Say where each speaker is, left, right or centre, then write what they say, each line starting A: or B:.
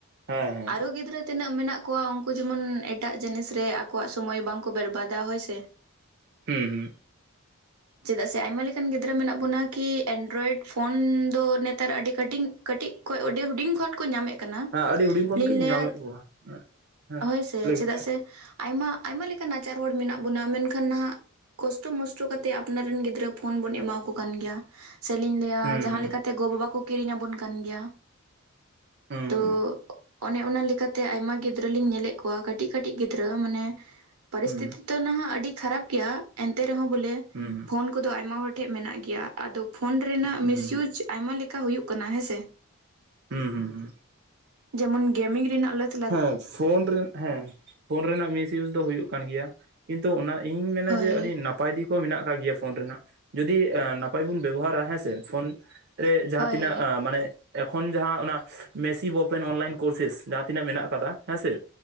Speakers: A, on the right; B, on the right.
A: ᱦᱮᱸ ᱦᱮᱸ
B: ᱟᱨᱳ ᱜᱤᱫᱽᱨᱟᱹ ᱛᱤᱱᱟᱹᱜ ᱢᱮᱱᱟᱜ ᱠᱚᱣᱟ ᱩᱱᱠᱩ ᱡᱮᱢᱚᱱ ᱮᱴᱟᱜ ᱡᱤᱱᱤᱥ ᱨᱮ ᱟᱠᱚᱣᱟᱜ ᱥᱚᱢᱚᱭ ᱵᱟᱝᱠᱚ ᱵᱮᱨᱵᱟᱫᱟ ᱦᱳᱭ ᱥᱮ
A: ᱦᱩᱸ ᱦᱩᱸ
B: ᱪᱮᱫᱟᱜ ᱥᱮ ᱟᱭᱢᱟ ᱞᱮᱠᱟᱱ ᱜᱤᱫᱽᱨᱟᱹ ᱢᱮᱱᱟᱜ ᱵᱚᱱᱟ ᱠᱤ ᱮᱱᱰᱨᱚᱭᱮᱰ ᱯᱷᱳᱱ ᱫᱚ ᱱᱮᱛᱟᱨ ᱟᱹᱰᱤ ᱠᱟᱹᱴᱤᱝ ᱠᱟᱹᱴᱤᱡ ᱠᱷᱚᱡᱽ ᱚᱸᱰᱤ ᱦᱩᱰᱤᱧ ᱠᱷᱚᱱ ᱠᱚ ᱧᱟᱢᱮᱫ ᱠᱟᱱᱟ
A: ᱦᱮᱸ ᱟᱹᱰᱤ ᱦᱩᱰᱤᱧ ᱠᱷᱚᱱ
B: ᱞᱤᱧ
A: ᱜᱤᱧ
B: ᱞᱟᱹᱭᱟ
A: ᱧᱟᱢᱮᱫ ᱠᱚᱣᱟ ᱦᱮᱸ
B: ᱦᱳᱭ ᱥᱮ
A: ᱞᱟᱹᱭ
B: ᱪᱮᱫᱟᱜ
A: ᱵᱤᱱ
B: ᱥᱮ ᱟᱭᱢᱟ ᱟᱭᱢᱟ ᱞᱮᱠᱟᱱ ᱱᱟᱪᱟᱨ ᱦᱚᱲ ᱢᱮᱱᱟᱜ ᱵᱱᱟ ᱢᱮᱱᱠᱷᱟᱱ ᱱᱟᱦᱟᱜ ᱠᱚᱥᱴᱚ ᱢᱟᱥᱴᱚ ᱠᱟᱛᱮ ᱟᱼᱼ ᱟᱯᱱᱟᱨ ᱨᱮᱱ ᱜᱤᱫᱽᱨᱟᱹ ᱯᱷᱳᱱ ᱵᱚᱱ ᱮᱢᱟ ᱠᱚ ᱠᱟᱱ ᱜᱮᱭᱟ ᱥᱮᱞᱤᱧ ᱞᱟᱹᱭᱟ
A: ᱦᱩᱸ
B: ᱡᱟᱦᱟᱸ
A: ᱦᱩᱸ
B: ᱞᱮᱠᱟᱛᱼᱼ ᱛᱮ ᱜᱚ ᱵᱟᱵᱟ ᱠᱚ ᱠᱤᱨᱤᱧ ᱟᱵᱚᱱ ᱠᱟᱱ ᱜᱮᱭᱟ
A: ᱦᱩᱸ
B: ᱛᱚ ᱚᱱᱮ ᱚᱱᱟ ᱞᱮᱠᱟᱛᱮ ᱟᱭᱢᱟ ᱜᱤᱫᱽᱨᱟᱹ ᱞᱤᱧ ᱧᱮᱞᱮᱫ ᱠᱚᱣᱟ ᱠᱟᱹᱴᱤᱡ ᱠᱟᱹᱴᱤᱡ ᱜᱤᱫᱽᱨᱟᱹ ᱢᱟᱱᱮ ᱯᱚᱨᱤᱥᱛᱤᱛᱤ
A: ᱦᱩᱸ
B: ᱛᱚ ᱱᱟᱦᱟᱜ ᱟᱹᱰᱤ ᱠᱷᱟᱨᱟᱯ ᱜᱮᱭᱟ ᱮᱱᱛᱮ ᱨᱮᱦᱚᱸ ᱵᱚᱞᱮ
A: ᱦᱩᱸ ᱦᱩᱸ
B: ᱯᱷᱳᱱ ᱠᱚᱫᱚ ᱟᱭᱢᱟ ᱦᱚᱲ ᱴᱷᱮᱱ ᱢᱮᱱᱟᱜ ᱜᱮᱭᱟ ᱟᱫᱚ ᱯᱷᱳᱱ ᱨᱮᱱᱟᱜ
A: ᱦᱩᱸ ᱦᱩᱸ
B: ᱢᱤᱥᱤᱭᱩᱡᱽ ᱟᱭᱢᱟ ᱞᱮᱠᱟ ᱦᱩᱭᱩᱜ ᱠᱟᱱᱟ ᱦᱮᱸᱥᱮ
A: ᱦᱩᱸ ᱦᱩᱸ ᱦᱩᱸ
B: ᱡᱮᱢᱚᱱ ᱜᱮᱢᱤᱝ ᱨᱮᱱᱟᱜ ᱞᱟᱼᱼ
A: ᱦᱮᱸ ᱯᱷᱳᱱ ᱨᱮ ᱦᱮᱸ ᱯᱷᱳᱱ ᱨᱮᱱᱟᱜ ᱢᱤᱥᱤᱭᱩᱡ ᱫᱚ ᱦᱩᱭᱩᱜ ᱠᱟᱱ ᱜᱮᱭᱟ ᱠᱤᱱᱛᱩ ᱚᱱᱟ ᱤᱧ ᱢᱮᱱᱟ
B: ᱦᱳᱭ
A: ᱡᱮ ᱟᱹᱰᱤ ᱱᱟᱯᱼᱼ ᱱᱟᱯᱟᱭ ᱫᱤᱠ ᱦᱚᱸ ᱢᱮᱱᱟᱜ ᱠᱟᱜ ᱜᱮᱭᱟ ᱯᱷᱳᱱ ᱨᱮᱱᱟᱜ ᱡᱩᱫᱤ ᱱᱟᱯᱟᱭ ᱵᱚᱱ ᱵᱮᱵᱚᱦᱟᱨᱟ ᱦᱮᱸᱥᱮ ᱯᱷᱳᱱ ᱨᱮ ᱡᱟᱦᱟᱸ
B: ᱦᱳᱭ
A: ᱛᱤᱱᱟᱹᱜ ᱢᱟᱱᱮ ᱮᱠᱷᱚᱱ ᱡᱟᱦᱟᱸ ᱚᱱᱟ ᱢᱮᱥᱤᱵ ᱳᱯᱮᱱ ᱚᱱᱞᱟᱭᱤᱱ ᱠᱳᱨᱥᱮᱥ ᱡᱟᱦᱟᱸ ᱛᱤᱱᱟᱹᱜ ᱢᱮᱱᱟᱜ ᱟᱠᱟᱫᱟ ᱦᱮᱸ ᱥᱮ